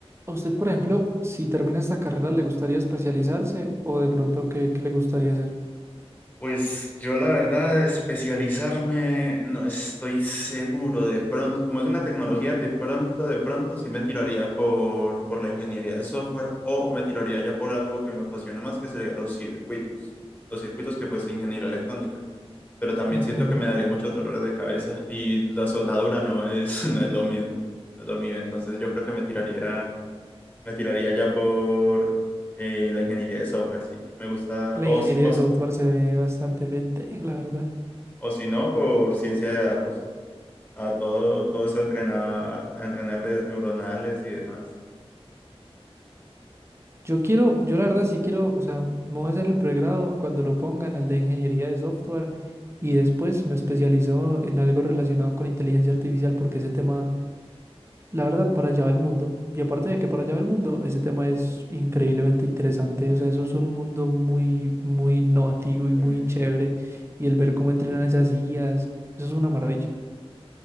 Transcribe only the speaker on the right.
a usted, por ejemplo, si termina esta carrera, ¿le gustaría especializarse o de pronto qué, qué le gustaría hacer?
Ujú.
La
ingeniería
de
software se ve bastante vete, la verdad.
Yo quiero, yo la verdad sí quiero, o sea, me voy a hacer el pregrado cuando lo pongan, el de ingeniería de software, y después me especializo en algo relacionado con inteligencia artificial, porque ese tema, la verdad, para allá va el mundo. Y aparte de que para allá va el mundo, ese tema es increíblemente interesante. O sea, eso es un mundo muy, muy innovativo y
muy chévere. Y el ver cómo entrenan esas IAs, eso es una maravilla.